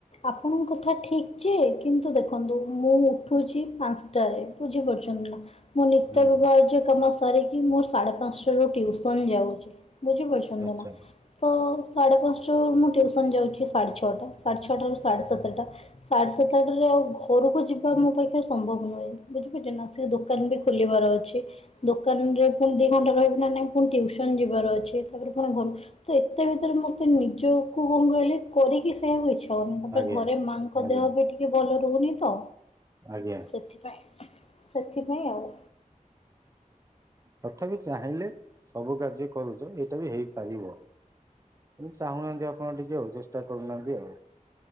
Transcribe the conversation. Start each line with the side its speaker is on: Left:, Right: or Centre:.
Left: ଆପଣଙ୍କ କଥା ଠିକ। ଯେ କିନ୍ତୁ ଦେଖନ୍ତୁ ମୁଁ ଉଠୁଛି ପାଞ୍ଚଟାରେ ବୁଝି ପାରୁଚନ୍ତି ନା? ମୁଁ ନିତ୍ୟ
Right: ହୁଁ
Left: <unintelligible> ସାରିକି ମୁଁ ସାଢେ ପାଞ୍ଚଟାରୁ ଟିୟୁସନ୍ ଯାଉଚି ବୁଝି ପାରୁଛନ୍ତି
Right: ଆଚ୍ଛା
Left: ନା? ତ ସାଢ଼େ ପାଞ୍ଚଟାରୁ ମୁଁ ଟିୟୁସନ୍ ଯାଉଛି ସାଢ଼େ ଛଅଟା ସାଢ଼େ ଛଅଟାରୁ ସାଢ଼େ ସାତଟା। ସାଢ଼େ ସାତଟାରେ ଆଉ ଘରକୁ ଯିବା ମୋ ପାଖରେ ସମ୍ଭବ ନୁହେଁ। ବୁଝିପାରୁଛେ ନା ସେ ଦୋକାନ ବି ଖୋଲିବାର ଅଛି ଦୋକାନ ରେ ପୁଣି ଦି ଘଣ୍ଟା ରହିବି ନା ନାଇଁ ପୁଣି ଟ୍ୟୟୁସନ ଯିବାର ଅଛି। ତାପରେ ପୁଣି ଘରୁ ତ ଏତେ ଭିତରେ ମତେ ନିଜକୁ କଣ କହିଲେ। କରିକି ଖାଇବାକୁ ଇଚ୍ଛା ହେଉନି। ତାପରେ
Right: ଆଜ୍ଞା
Left: ଘରେ ମାଙ୍କ
Right: ଆଜ୍ଞା
Left: ଦେହ ଏବେ ଟିକେ ଭଲ ରହୁନି ତ।
Right: ଆଜ୍ଞା।
Left: ସଥିପାଇଁ, ସେଥିପାଇଁ ଆଉ।
Right: ତଥାପି ଚାହିଁଲେ ସବୁ କାର୍ଯ୍ୟ କରୁଚ ଏଇଟା ବି ହେଇପାରିବ। ଚାହୁଁ ନାହାଁନ୍ତି ଆପଣ ଟିକେ ଆଉ ଚେଷ୍ଟା କରୁନାହାନ୍ତି ଆଉ।